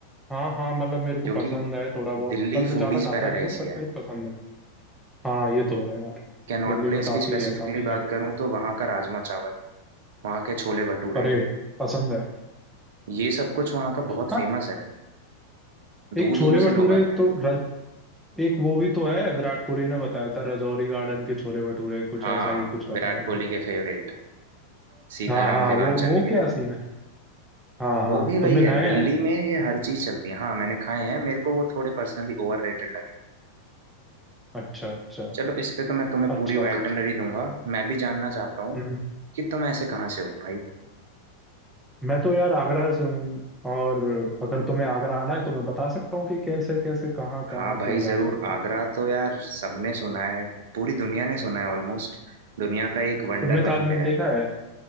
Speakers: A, in the centre; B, on the right.
A: हाँ हाँ मतलब मेरे को
B: क्योंकि
A: पसंद है थोड़ा बहुत
B: दिल्ली
A: पर मैं
B: फूडीज
A: ज्यादा खाता
B: पैराडाइस
A: नहीं हूँ बट
B: ही है
A: मेरे को पसंद है हाँ ये तो है यार
B: कैनॉट
A: दिल्ली
B: प्लेस
A: में काफी
B: की स्पेसिफिकली
A: है काफी
B: बात
A: जगह
B: करूँ तो वहाँ का राजमा चावल वहाँ के छोले भटूरे
A: अरे पसंद है
B: ये सब कुछ वहाँ का बहुत
A: हाँ
B: फेमस है दूर
A: एक छोले
B: दूर से
A: भटूरे
B: लोग आते हैं
A: तो रज एक वो भी तो है विराट कोहली ने बताया था राजौरी गार्डन के छोले भटूरे कुछ
B: हाँ
A: ऐसा ही कुछ बताया
B: विराट कोहली के फेवरेट सीताराम
A: हाँ हाँ
B: देवानचंद
A: वो वो
B: के
A: क्या सीन है हाँ हाँ
B: वो भी वही
A: तुमने
B: है
A: खाए
B: दिल्ली
A: हैं
B: में ये हर चीज चलती है हाँ मैंने खाए हैं मेरे को वो थोड़े पर्सनली ओवररेटेड लगे
A: अच्छा अच्छा
B: चलो इस पे तो मैं तुम्हें पूरी
A: अच्छा
B: आइटनरी दूंगा मैं भी जानना चाहता हूँ
A: हम्म
B: कि तुम ऐसे कहाँ से हो भाई
A: मैं तो यार आगरा से हूँ और अगर तुम्हें आगरा आना है तो मैं बता सकता हूँ कि कैसे कैसे कहाँ
B: हाँ
A: कहाँ
B: भाई
A: तुम जा
B: जरूर
A: सकते
B: आगरा
A: हो
B: तो यार सबने सुना है पूरी दुनिया ने सुना है ऑलमोस्ट दुनिया का एक वंडर
A: तुमने
B: वहीं
A: ताजमहल
B: पे है
A: देखा है